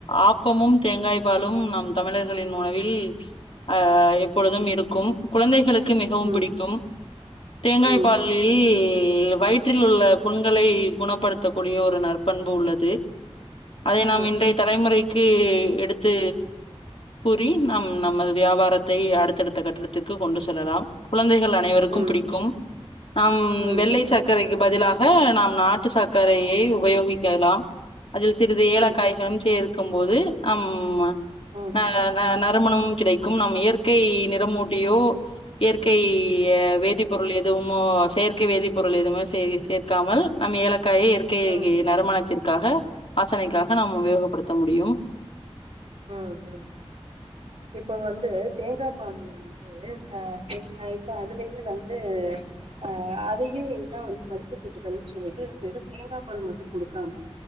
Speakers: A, on the left; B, on the right.
A: ஆப்பமும் தேங்காய்ப் பாலும் நம் தமிழர்களின் உணவில் அஹ எப்பொழுதும் இருக்கும். குழந்தைகளுக்கு க்கு மிகவும்
B: ம்
A: பிடிக்கும் தேங்காய
B: ம்
A: பாலில் ல் வயிற்றில் உள்ள புண்களை குணப்படுத்தக்கூடிய ஒரு நற்ப் பண்பு உள்ளது. அதை
B: ம்
A: நாம் இன்றைய தலைமுறைக் க்கு எடுத்து கூறி நம் நமது வியாபாரத்தை அடுத்தடுத்த கட்டடத்திற்கு கொண்டு செல்லலாம் குழந்தைகள் ல் அனைவருக்கும்
B: ம்
A: பிடிக்கும். நாம்
B: ம்
A: வெள்ளை சர்க்கரை க் பதிலாக நாம் நாட்டு சர்க்கரையை உபயோகிக் கேலாம். அதில் சிறிது ஏலக்காய்களும்
B: ம் ம் ம்
A: சேர்கக்கும் போது ஆம்மா.
B: ம்
A: ஆஹ் ந நான் திருமணம் கிடைக்கும். நம்ம இயற்கை நிறமூட்டியோ இயற்கை ய வேதிப்ப பொருள் எதுமோ ச செயர்கற்கை வேதிப்ப பொருள் எதுவு சேர் சேர்க்காமல் நம்ம ஏல கை இரு இருக்கக
B: ம்
A: க்காக அச பிரனைக்காக நாம உபயோகப்படுத்த முடியும்.
B: உஹம் உஹம் இப்ப வந்து தேங்காய் பால்ல வந்து அஹ்ங்க இப்ப அதுலயே வந்து அஹ் அதையும் என்ன வந்து மதிப்பு கூட்டுதல்ன்னு சொல்லிட்டு வெறும் தேங்காய் பால் மட்டும் கொடுக்காம